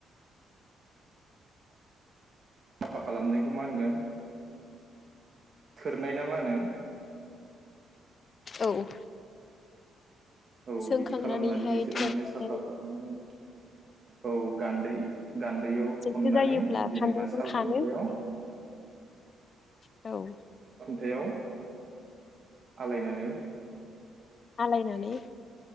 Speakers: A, on the right (about 45°); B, on the left (about 45°).
A: <inaudible> खालामनायखौ मा होनगोन <unintelligible> ना मा होनो
B: औ
A: औ
B: सोंखांनानैहाय
A: बिदि खालामनानै बिसोरो
B: थोरनानै
A: माने साफा खालामनानै औ गानदै गानदैयाव
B: जेथो
A: थननानै
B: जायोब्ला
A: जेनेबा
B: खानजंजों
A: साल
B: खानो
A: खुनथायाव
B: औ
A: थायाव आलायनानै
B: आलाय नानै